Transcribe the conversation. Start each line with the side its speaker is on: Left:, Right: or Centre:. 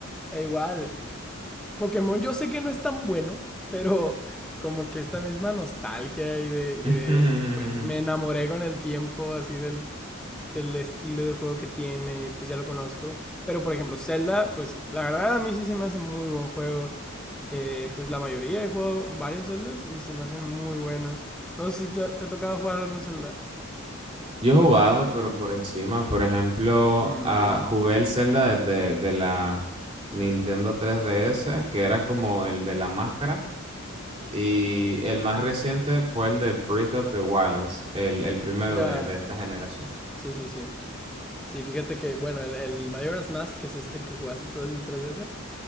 Centre: E igual, Pokémon yo sé que no es tan bueno, pero como que esta misma nostalgia y de, y
Right: <laughs>
Centre: del, pues me enamoré con el tiempo así del, del estilo de juego que tiene, pues ya lo conozco. Pero por ejemplo, Zelda, pues la verdad a mí sí se me hace muy buen juego. Eh, pues la mayoría he jugado varios Zeldas y se me hacen muy buenos. No sé si tú- te ha tocado jugar algún Zelda.
Right: Yo he jugado, pero por encima, por ejemplo,
Centre: Mm,
Right: ah,
Centre: ya,
Right: jugué el Zelda desde de la Nintendo 3DS, que era como el de la máscara, y el más reciente fue el de Breath of the Wilds, el, el primero
Centre: ya.
Right: de, de esta generación.
Centre: Sí, sí, sí. Sí, fíjate que, bueno, el, el Majora's Mask, que es este el que jugaste tú, el 3DS.